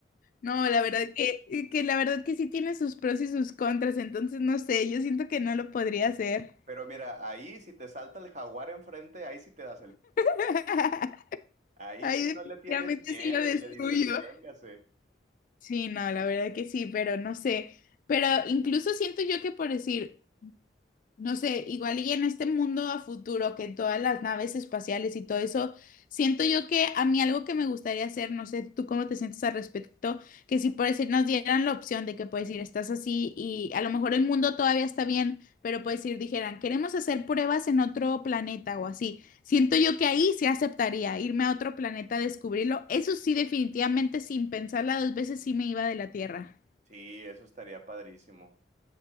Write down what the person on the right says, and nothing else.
Pero mira, ahí si te salta el jaguar enfrente, ahí sí te das el...
Ahí
sí no
le tienes miedo
y le dices, véngase.
Sí, eso estaría padrísimo.